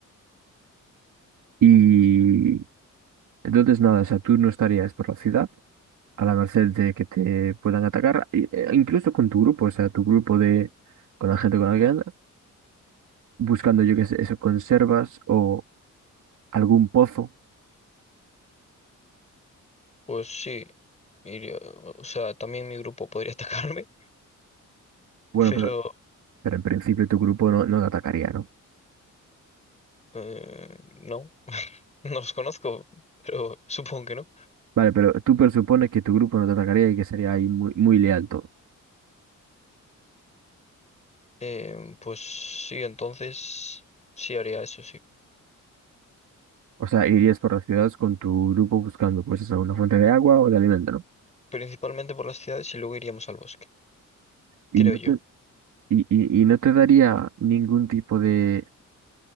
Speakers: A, on the right; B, on the left.
A: Y entonces nada, o sea, tú no estarías por la ciudad a la merced de que te puedan atacar, i- e incluso con tu grupo, o sea, tu grupo de, con la gente con la que andas, buscando, yo qué sé, eso, conservas o algún pozo.
B: Pues sí, iría... o sea, también mi grupo podría <laughs> atacarme,
A: Bueno,
B: pero
A: pero Pero en principio tu grupo no, no te atacaría, ¿no?
B: eh, no, no los conozco, pero supongo que no.
A: Vale, pero tú presupones que tu grupo no te atacaría y que sería ahí muy, muy leal todo.
B: Eh, pues sí, entonces sí haría eso, sí.
A: O sea, irías por las ciudades con tu grupo buscando, pues eso, una fuente de agua o de alimento, ¿no?
B: Principalmente por las ciudades y luego iríamos al bosque,
A: Y
B: creo
A: no
B: yo.
A: te, y, y, y no te daría ningún tipo de,